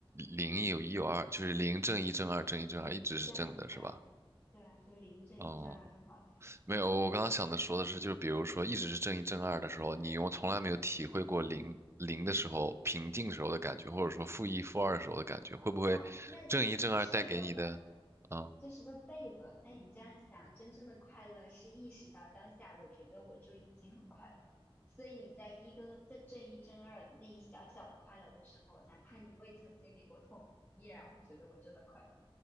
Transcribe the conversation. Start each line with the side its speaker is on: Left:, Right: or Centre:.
Right: 零有一有二，就是零正一正二正一正二一直是正的，
Left: 对对
Right: 是吧？
Left: 对啊，就零正一正二就好了呀。
Right: 哦、没有，我刚刚想的说的是，就是比如说一直是正一正二的时候，你我从来没有体会过零零的时候平静时候的感觉，或者说负一负二时候的感觉，会不会正一正二带给你的啊？
Left: 哦，那这是一个悖本，这是个悖论。那你这样想，真正的快乐是意识到当下，我觉得我就已经很快乐。所以你在一跟正正一正二那一小小的快乐的时候，哪怕你未曾经历过痛苦，依然会觉得我真的快乐。